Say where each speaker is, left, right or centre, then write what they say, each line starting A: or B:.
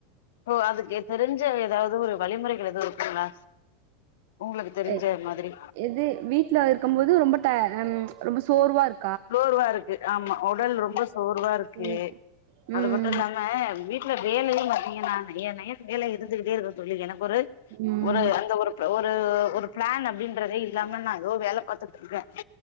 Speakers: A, on the left; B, on the right.
A: ஓ அதுக்கு தெரிஞ்ச எதாது ஒரு வழிமுறைகள் எது இருக்குங்ளா ஒங்ளுக்கு தெரிஞ்ச
B: எ
A: மாதிரி
B: எது வீட்ல இருக்கம் போது ரொம்ப ட ம் ரொம்ப சோர்வா இருக்
A: சோர்வா இருக்கு ஆமா உடல் ரொம்ப சோர்வா இருக்கு
B: சே
A: அது
B: ம்
A: மட்டு இல்லாம வீட் ல வேலையு பாத்தீங்கன்னா நய்ய நய்யனு வேல இருந்துகிட்டே இருக்கு தோழி எனக்கு ஒரு
B: ம்
A: ஒரு அந்த ஒரு ப்ப ஒரு ஒரு பிளான் அப்டின்றதே இல்லாம நா எதோ வேல பாத்துட்ருக்கே